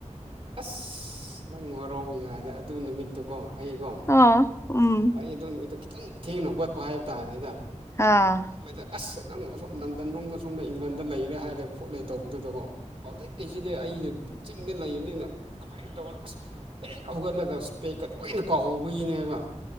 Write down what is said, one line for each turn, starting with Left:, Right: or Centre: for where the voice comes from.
Right: ꯑꯁ ꯅꯪ ꯋꯥꯔꯧꯕ ꯌꯥꯗꯦ ꯑꯗꯨ ꯅꯨꯃꯤꯠꯇꯨꯀꯣ ꯑꯩꯀꯣ
Left: ꯑ ꯎꯝ
Right: ꯑꯩ ꯑꯗꯨ ꯅꯨꯃꯤꯠꯇꯣ ꯈꯤꯇꯪ ꯊꯦꯡꯅ ꯍꯧꯒꯠꯄ ꯍꯥꯏꯕ ꯇꯥꯅꯦꯗ
Left: ꯑꯥ
Right: ꯃꯣꯏꯗ ꯑꯁ ꯅꯪ ꯑꯁꯝ ꯂꯟꯗꯟꯔꯣꯝꯗ ꯁꯣꯝꯗ ꯏꯪꯂꯟꯗ ꯂꯩꯔꯦ ꯍꯥꯏꯔꯦ ꯈꯣꯠꯂꯦ ꯇꯧꯕꯗꯨꯗꯀꯣ ꯍꯧꯖꯤꯛ ꯀꯩꯁꯤꯗꯤ ꯑꯩꯅ ꯆꯤꯡꯗ ꯂꯩꯕꯅꯤꯅ ꯀꯃꯥꯏꯅ ꯇꯧꯅꯤ ꯑꯁ ꯍꯦꯛ ꯍꯧꯒꯠꯂꯒ ꯏꯁ꯭ꯄꯦꯛꯀ ꯂꯣꯏꯅ ꯀꯥꯎꯍꯧꯕꯒꯤꯅꯦꯕ